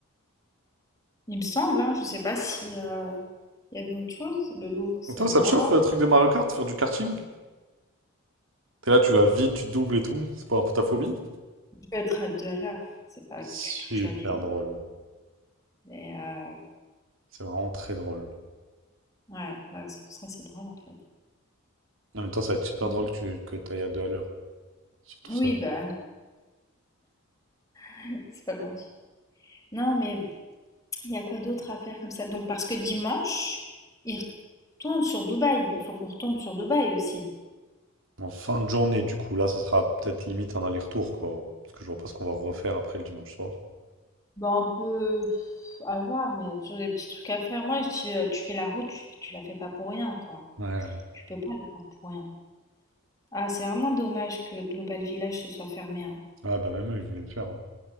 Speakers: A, on the left; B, on the right.
A: Il me semble, hein, je ne sais pas si euh, il y avait autre chose. Le Louvre, c'est
B: Donc toi,
A: mort.
B: ça te chauffe, le truc des Mario Kart, faire du karting? T'es là, tu vas vite, tu doubles et tout. C'est pas un peu ta phobie?
A: Je vais être à deux à l'heure. C'est pas
B: Super
A: du tout que je vais aller vite.
B: drôle.
A: Mais euh,
B: C'est vraiment très drôle.
A: ouais, ouais, c'est pour ça, c'est drôle en fait.
B: Non, mais toi, ça va être super
A: Donc,
B: drôle que tu que t'ailles à deux à l'heure, surtout
A: Oui,
B: ça.
A: bah, <laughs> c'est pas gentil. Non, mais il y a quoi d'autre à faire comme ça? Donc, parce que dimanche, ils retournent sur Dubaï. Il faut qu'on retourne sur Dubaï aussi.
B: En fin de journée, du coup, là, ça sera peut-être limite un aller-retour, quoi. Parce que je vois pas ce qu'on va refaire après le dimanche soir.
A: Bah, on peut avoir, mais il y a toujours des petits trucs à faire. Moi, je dis, euh, tu fais la route, tu, tu la fais pas pour rien, quoi.
B: Ouais.
A: Tu peux pas la faire pour rien. Ah, c'est vraiment dommage que Global Village se soit fermé, hein.
B: Ah, bah même eux, ils voulaient le faire. hein.